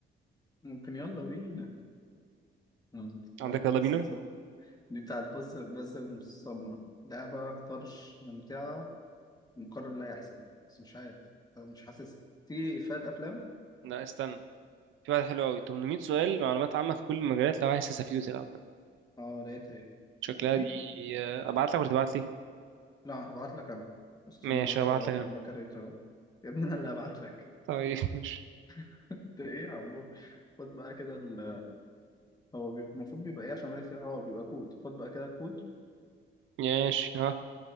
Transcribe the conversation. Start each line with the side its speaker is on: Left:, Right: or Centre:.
Left: ممكن يلا بينا مم، بتاعت
Right: عندك يلا
Left: باسم
Right: بينا
Left: سمرة. دي بتاعت باسم باسم سمرة لعبة طرش ممتعة مقرر لا يحسب بس مش عارف أنا مش حاسسها تيجي إفيهات أفلام؟
Right: لا استنى في واحد حلو قوي 800 سؤال معلومات عامة في كل المجالات لو عايز تستفيد وتلعب
Left: اه لقيتها اهي
Right: شكلها
Left: تيجي
Right: دي آه، ابعت لك ولا تبعت لي
Left: لا هبعت لك انا استنى
Right: ماشي
Left: بس
Right: ابعت
Left: ابقى
Right: لك انا
Left: بكريت اهو يا ابني انا اللي هبعت لك
Right: طيب <laughs> ماشي
Left: <laughs> انت ايه يا عمو خد بقى كده ال... هو بي- المفروض بيبقى ايه عشان مالك كتير. هو بيبقى كود خد بقى كده كود
Right: ماشي ها